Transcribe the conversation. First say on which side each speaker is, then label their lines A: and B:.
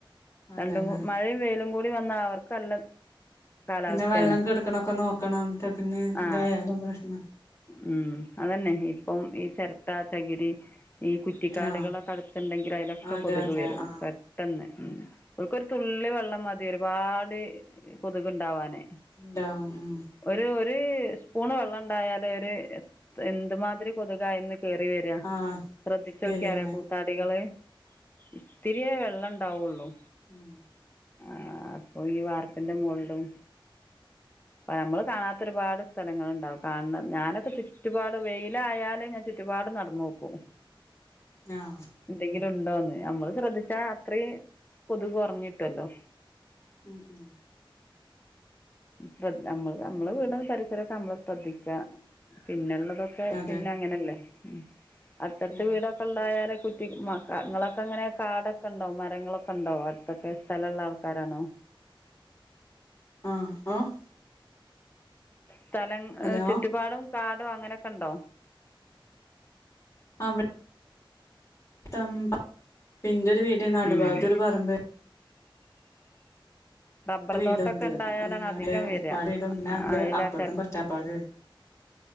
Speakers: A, on the left; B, on the left.
A: അതന്നെ
B: രണ്ടും മഴയും വെയിലും കൂടി വന്നാ അവർക്ക് നല്ല കാലാവസ്ഥയാണ്
A: പിന്നെ വെള്ളം കിടക്ക്ണൊക്കെ നോക്കണം പിന്നെ ഇതായാലും
B: ആ
A: പ്രശ്നാ
B: ഉം അതന്നെ ഇപ്പം ഈ ചിരട്ട ചകിരി ഈ കുറ്റിക്കാടുകളൊക്കടുത്തുണ്ടെങ്കില്
A: ആഹ്
B: അയിലൊക്കെ
A: അതെ
B: കൊതുക്
A: അതെ
B: വരും <unintelligible>
A: ആഹ്
B: ഉം ഓൽക്കൊരു തുള്ളി വെള്ളം മതി ഒരുപാട് കൊതുക് ഉണ്ടാവാന്
A: ഉണ്ടാവും ഉം
B: ഒരു ഒരു സ്പൂൺ വെള്ളം ഉണ്ടായാലൊരു എന്ത്മാതിരി കൊതുകായിന്ന് കേറി വരാ
A: ആഹ്
B: ശ്രദ്ധിച്ച്
A: ശരിയെന്നെ
B: നോക്കിയാ അറിയാം <unintelligible> ഇത്തിരിയെ വെള്ളം ഉണ്ടാവുള്ളു
A: ഉം
B: ആഹ് അപ്പൊ ഈ വാർപ്പിന്റെ മോളിലും നമ്മള് കാണാത്ത ഒരുപാട് സ്ഥലങ്ങൾ ഉണ്ടാവും കാണ ഞാനൊക്കെ ചുറ്റുപാടും വെയിലായാലും ഞാൻ ചുറ്റുപാടും നടന്നോക്കും
A: ആഹ്
B: എന്തെങ്കിലുണ്ടോന്ന് നമ്മള് ശ്രദ്ധിച്ചാ അത്രയും കൊതുക് കുറഞ്ഞ് കിട്ടുല്ലോ
A: ഉം ഉം
B: ശ്രദ് നമ്മള് നമ്മളെ
A: അങ്ങനെ
B: വീടും പരിസരൊക്കെ നമ്മള് ശ്രദ്ധിക്ക പിന്നെ ഉള്ളതൊ ക്കെ
A: അതെ
B: പിന്നങ്ങനല്ലേ ഉം അടുത്തടുത്ത്
A: ഉം
B: വീടൊ ണ്ടായാലേ കുറ്റി നിങ്ങളൊക്കെ എങ്ങനെ കാടൊക്കെ ഉണ്ടാേ മരങ്ങളൊക്കെ ഉണ്ടാേ അ <unintelligible> സ്ഥല ഉള്ള ആൾക്കാരാണോ
A: ആഹ് ആഹ്
B: സ്ഥലം
A: ഹലോ
B: ഏഹ് ചുറ്റുപാടും കാടോ അങ്ങനൊക്കെ ഉണ്ടോ
A: <unintelligible> <unintelligible> ഒരു വീട് നടു
B: ഉം
A: ഭാഗത്ത് ഒരു പറമ്പ്.
B: റബ്ബർ
A: വീടുണ്ട്
B: തോട്ടമൊക്കെ ഉണ്ടായാലാണ്
A: ഏഹ്
B: അധികം വരിക
A: ഉപ്പാടെ വീടും <unintelligible>
B: അതിലാ
A: അപ്പുറത്ത്
B: ചെ
A: കൊച്ചാപ്പാന്റെ വീടും.